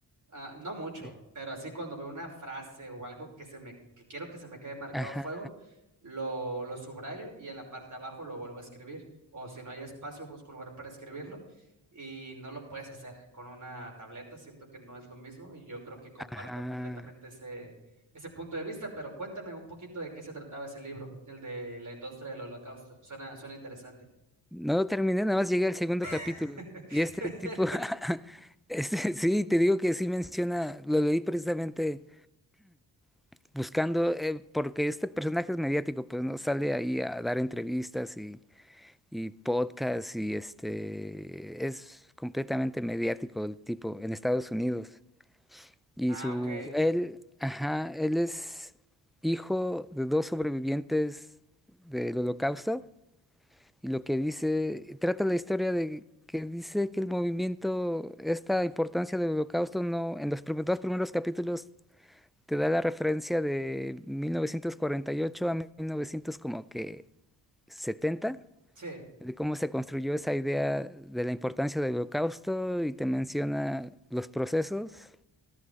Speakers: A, on the right (about 40°); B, in the centre.
A: ah, no mucho,
B: <laughs> Sí.
A: pero así cuando veo una frase o algo que se me que quiero que se me quede marcado
B: Ajá.
A: a fuego, lo, lo subrayo y en la parte de abajo lo vuelvo a escribir o si no hay espacio busco un lugar para escribirlo y no lo puedes hacer con una tableta, siento que no es lo mismo y yo creo que comparto
B: Ajá.
A: completamente ese ese punto de vista, pero cuéntame un poquito de qué se trataba ese libro, el de la industria del holocausto. Suena, suena interesante.
B: No lo terminé, nada más llegué al segundo capítulo.
A: <laughs>
B: Y este tipo, <laughs> este, sí, te digo que sí menciona, lo leí precisamente <clears throat> buscando, eh, porque este personaje es mediático, pues no sale ahí a dar entrevistas y, y podcasts y este, es completamente mediático el tipo en Estados Unidos. Y
A: Ah,
B: su,
A: ok.
B: él, ajá, él es hijo de dos sobrevivientes del Holocausto y lo que dice, trata la historia de que dice que el movimiento, esta importancia del Holocausto no, en los prim- dos primeros capítulos te da la referencia de 1948 a 1900 como que 70
A: Sí.
B: de cómo se construyó esa idea de la importancia del Holocausto y te menciona los procesos